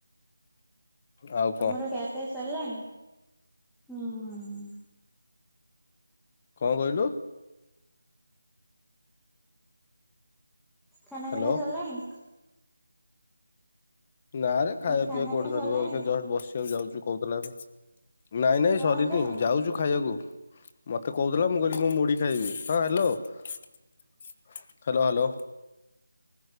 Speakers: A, on the left; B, in the centre.
A: ଆଉ କଣ
B: ତମର ଖିଆପିଆ ସରିଲାଣି? ହୁଁ।
A: କଣ କହିଲୁ?
B: ଖାନା
A: ହ୍ୟାଲୋ
B: ପିନା ସରିଲାଣି?
A: ନା ରେ ଖାଇବା
B: ମାନେ ଖାନା
A: ପିଇବା କୋଉଠି
B: ପିନା
A: ଧରିବ
B: ସରିଲାଣି
A: ଏକ୍ଷିଣା ଜଷ୍ଟ ବସିବାକୁ ଯାଉଛୁ କହୁଥିଲା। ନାଇଁ ନାଇଁ
B: ହଁ
A: ସରିନି
B: ହ୍ୟାଲୋ
A: ଯାଉଛୁ ଖାଇବାକୁ ମତେ କହୁଥିଲା ମୁଁ କହିଲି ମୁ ମୁଢି ଖାଇବି ହଁ ହ୍ୟାଲୋ ହ୍ୟାଲୋ ହ୍ୟାଲୋ